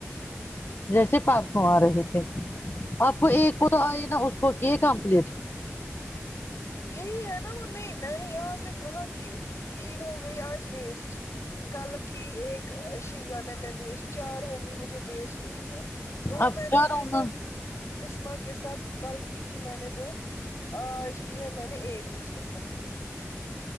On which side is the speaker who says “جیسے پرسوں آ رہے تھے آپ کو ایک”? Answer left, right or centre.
Left